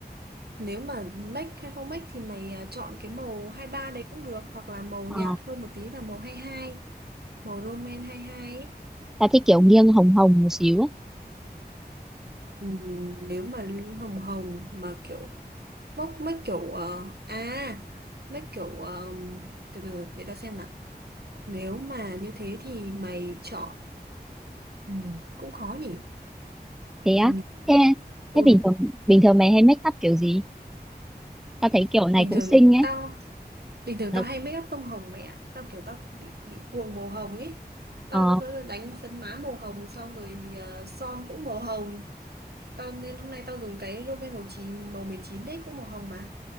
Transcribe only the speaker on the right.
nếu mà make hay không make thì mày ờ, chọn cái màu hai ba đấy cũng được hoặc là màu
nhạt hơn một tí là màu hai hai, màu Roman hai hai ấy.
Ừ, nếu mà lên hồng hồng mà kiểu bốc make kiểu ờ, à make kiểu ờ, từ từ để tao xem nào nếu mà như thế thì mày chọn ừ, cũng khó nhỉ
Ừ,
ừ
bình
thường
tao bình thường
tao hay make up tông hồng mày ạ tao kiểu tao bị bị cuồng màu hồng ấy tao
nó đánh phấn má màu hồng xong rồi ờ, son cũng màu hồng tao nên hôm nay tao dùng cái Rimmel màu chín màu 19 đấy cũng màu hồng mà